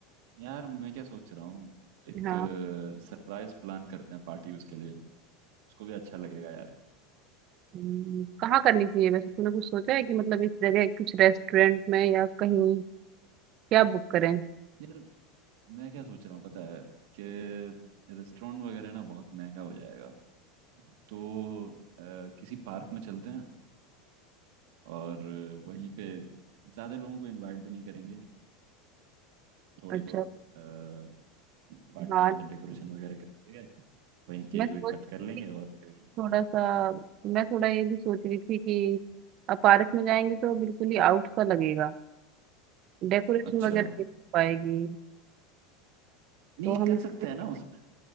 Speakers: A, on the right (about 70°); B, on the right (about 45°).
A: यार मैं क्या सोच रहा हूँ एक
B: हाँ
A: सरप्राइज प्लान करते हैं पार्टी उसके लिए उसको भी अच्छा लगेगा यार
B: हम्म, कहाँ करनी चाहिए वैसे तूने कुछ सोचा है कि मतलब इस जगह कुछ रेस्टोरेंट में या कहीं क्या बुक करें
A: यार मैं क्या सोच रहा हूँ पता है कि रेस्टोरेंट वगैरह ना बहुत महंगा हो जाएगा तो अ, किसी पार्क में चलते हैं और वहीं पे ज़्यादा लोगों को इनवाइट भी नहीं करेंगे थोड़ी
B: अच्छा
A: बहुत पार्ट
B: हाँ
A: मतलब डेकोरेशन वगैरह कर लेंगे वहीं केक
B: मैं सोच
A: वेक कट
B: रही
A: कर लेंगे
B: थी
A: और फिर
B: थोड़ा सा मैं थोड़ा ये भी सोच रही थी कि अब पार्क में जाएंगे तो बिल्कुल ही आउट सा लगेगा डेकोरेशन
A: अच्छा
B: वगैरह नहीं हो पाएगी
A: नहीं
B: तो हम
A: कर सकते
B: इस-
A: हैं ना उसमें